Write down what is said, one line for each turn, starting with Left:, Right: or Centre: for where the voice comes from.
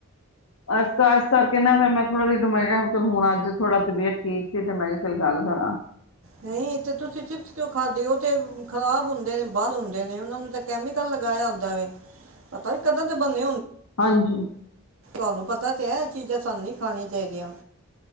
Left: ਇਸ ਕਰ ਇਸ ਕਰਕੇ ਨਾ ਫਿਰ ਮੈਂ ਥੋੜਾ ਜਹੀ ਮੈਂ ਕਿਹਾ ਚਲ ਹੁਣ ਅੱਜ ਥੋੜਾ ਤਬੀਅਤ ਠੀਕ ਸੀ, ਤੇ ਮੈਂ ਕਿਹਾ ਚੱਲ ਗੱਲ ਕਰਾਂ।
Right: ਨਹੀਂ, ਤੇ ਤੁਸੀਂ ਚਿਪਸ ਕਿਉਂ ਖਾਦੇ ਹੋ ਤੇ ਖ਼ਰਾਬ ਹੁੰਦੇ ਨੇ ਬਾਹਰ ਹੁੰਦੇ ਨੇ, ਉਹਨਾਂ ਨੂੰ ਤਾਂ ਕੈਮੀਕਲ ਲਗਾਇਆ ਹੁੰਦਾ ਵੇ ਪਤਾ ਕਦੋਂ ਦੇ ਬਣੇ ਹੁੰਦੇ
Left: ਹਾਂਜੀ।
Right: ਤੁਹਾਨੂੰ ਪਤਾ ਤੇ ਹੈ ਐ ਚੀਜ਼ਾਂ ਸਾਨੂੰ ਨਈ ਖਾਣੀਆਂ ਚਾਹੀਦੀਆਂ।